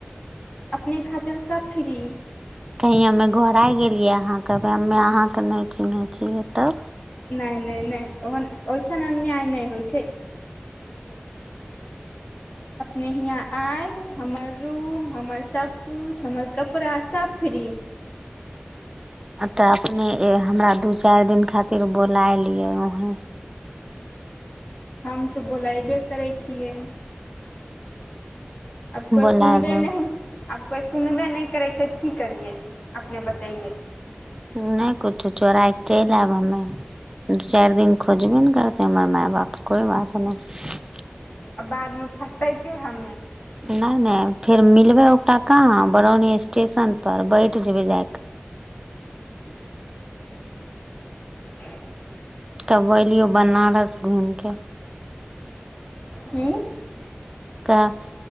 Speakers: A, on the left; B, on the right.
A: अपने खातिर तेलस फ्री
B: कही हमे घोर आ गेलियै अहाँके हमे अहाँके नहि चिन्है छियै तब
A: नहि नहि नहि ओहन ओइसन अन्याय नहि होइ छै अपने हियाँ आब हमर रूम हमर सब कििछु हमर कप प्रराशफी
B: तऽ अपने हमरा दू चारि दिन खातिर बुलायलियै वहें
A: हम तऽ बोलयबे करै छियै अब कोइ
B: बोलाय
A: सुनबे
B: लेब
A: नहि आब कोइ सुनबे नहि करै छै तऽ की करियै अपने बतैै
B: नहि किछो चोरा कऽ चलि आयब हमे दू चारि दिन खोजबे ने करतै हमर मााय बाप कोइ बात नहि
A: आ बादमे फसतैके हमे
B: नहि नहि फेर मिलबै ओटा कह बरौनी स्टेशन पर बैठ जेबै ज
A: <inaudible>
B: तब एलियौ बनारस घूमि कऽ
A: की
B: तऽ